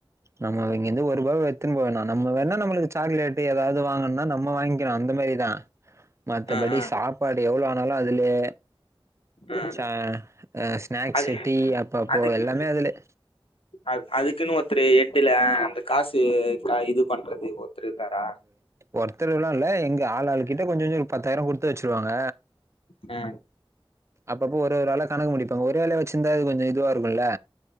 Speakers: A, on the right; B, on the left.
A: நம்ம இங்கருந்து ஒருவாவ எத்துன்னு போ வேணா நம்ம வேணா நம்ளுக் சாக்லேட்டு எதாது வாங்கணுனா நம்ம வாங்கிளா அந்த மாரிதா மத்தபடி
B: ஆ ஆ
A: சாப்பாடு எவ்ளோ ஆனாலு அதுலே
B: ஆ
A: ச அ ஸ்நாக்ஸ்சு
B: அது
A: டீ அப்பப்போ
B: அதுக்கு
A: எல்லாமே அதுலே
B: அ அதுக்குன்னு ஒருத்தரு எட்டுல அந்த காசு க இது பண்றது ஒருத்தர் இருக்காரா
A: ஒருத்தருலா இல்ல எங்க ஆள் ஆள்கிட்ட கொஞ்ச கொஞ்ச ஒரு பத்தாயிர்வா குடுத்து வச்சிருவாங்க
B: ஆ
A: அப்பப்ப ஒரு ஒரு ஆளா கணக்கு முடிப்பாங்க ஒரே ஆளே வெச்சிருந்தா அது கொஞ்ச இதுவா ருக்குல்ல